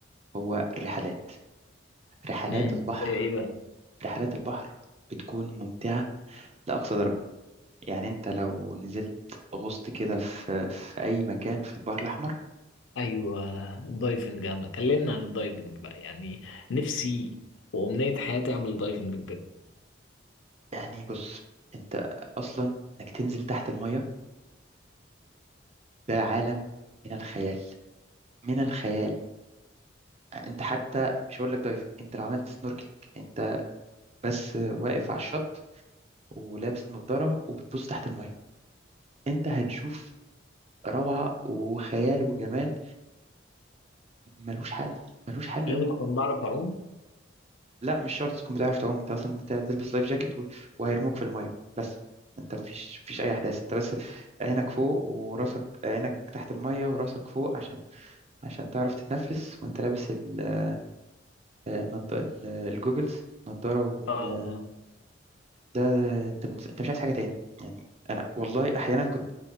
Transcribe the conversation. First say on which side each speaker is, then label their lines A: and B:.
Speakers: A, on the right (about 35°); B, on the left (about 85°).
A: هو الرحلات رحلات
B: امم
A: البحر
B: زي ايه بقى
A: رحلات البحر بتكون ممتعة لأقصى درجة يعني انت لو نزلت غصت كده في في اي مكان في البحر الاحمر
B: ايوه الدايفنج يا عم كلمنا عن الدايفنج بقى يعني نفسي وامنيه حياتي اعمل دايفنج بجد
A: يعني بص انت اصلا انك تنزل تحت المية ده عالم من الخيال من الخيال انت حتى مش هقول لك دايف انت لو عملت سنوركلينج انت بس واقف على الشط ولابس نظارة وبتبص تحت المية انت هتشوف روعة وخيال وجمال ملوش حل ملوش حل
B: لازم
A: قوي
B: اكون بعرف اعوم
A: لا مش شرط تكون بتعرف تعوم انت اصلا انت هتلبس لايف جاكيت و- وهيرموك في المايه بس انت مفيش مفيش اي احداث انت بس عينك فوق وراسك عينك تحت المايه وراسك فوق عشان عشان تعرف تتنفس وانت لابس ال- النض- ال- الجوجلز النضاره والبتاع
B: اه اه
A: ده انت بالنسبة- انت مش عايز حاجه تاني يعني انا والله احيانا كنت